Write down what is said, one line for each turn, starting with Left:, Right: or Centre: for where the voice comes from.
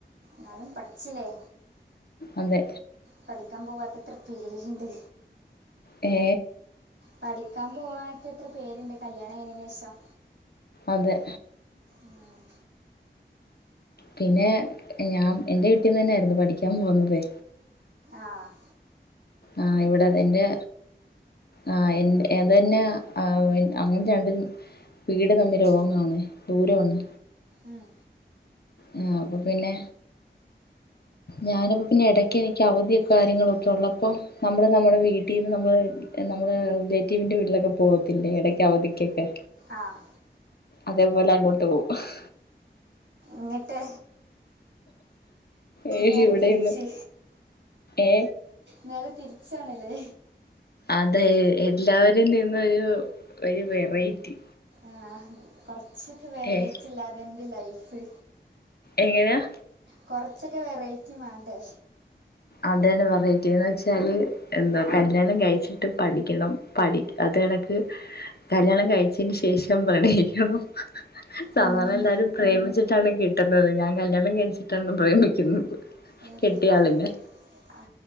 Right: ന്നാലും പഠിച്ചില്ലേ.
Left: അതെ
Right: പഠിക്കാൻ പോവാത്തത്ര പേരിണ്ട്.
Left: ഏ
Right: പഠിക്കാൻ പോവത്തെത്ര പേര്ണ്ട് കല്ല്യാണം കഴിഞ്ഞെയ്നെഷം
Left: അതെ.
Right: ഉം
Left: പിന്നെ ഞാം എൻ്റെ വിട്ടിന്ന് തന്നൊയിരുന്നു പഠിക്കാൻ പോവുന്നതെ
Right: ആഹ്
Left: ആഹ് ഇവിടെ അതന്റെ ആ് എൻ അതേന്നെ അങ്ങനെ രണ്ട് വീട് തമ്മിൽഓങ്ങാണ് ദൂരോണ്
Right: ഉം.
Left: മ് ആ പ്പൊ പിന്നെ. ഞാനപ്പോ പിന്നെ ഇടക്ക് എനിക്ക് അവധിയൊക്കെ കാര്യങ്ങളോക്കെ ള്ളപ്പോ നമ്മള് നമ്മുടെ വീട്ടിന്ന് നമ്മള് നമ്മള് റിലേറ്റീവിന്റെ വീട്ടിലൊക്കെ പോകത്തില്ലേ എടക്ക് അവധിക്കൊക്കെ
Right: ആ
Left: അതേപോലെ അങ്ങോട്ട് പോകും ഹ്
Right: ന്നിട്ട്
Left: ഏ
Right: നേരെ
Left: ഇവെടെന്ന്
Right: തിരിച്ച്
Left: ഏ
Right: നേരെ തിരിച്ചാണ്ല്ലേ
Left: അതെ എല്ലാവരിൽ നിന്നൊരു ഒരു വെറൈറ്റി.
Right: ആ കൊറച്ചൊക്കെ വെറൈറ്റി
Left: ഏഹ്
Right: ഇല്ലാതെന്ത് ലൈഫ്
Left: എങ്ങനെ യാ
Right: കുറച്ചൊക്കെ വെറൈറ്റി വാണ്ടെ.
Left: അതന്നെ വരയ്‌റ്റിന്ന്ച്ചാൽ എന്താ കല്യാണം കഴിച്ചിട്ട് പഠിക്കണം. പഠിക്ക തെനെക്ക് കല്യാണം കഴിചെയ്ന്ന് ശേഷം പ്രണയിക്കണം. സാധാരണ
Right: ഉം.
Left: എല്ലാരും പ്രേമിച്ചിട്ടാണ് കെട്ട്ന്നത് ഞാൻ കല്യാണം കഴിച്ചിട്ടാണ് പ്രേമിക്ക്ന്നത്.
Right: ഉം.
Left: കെട്ടിയളിന്ന്
Right: അത് ആ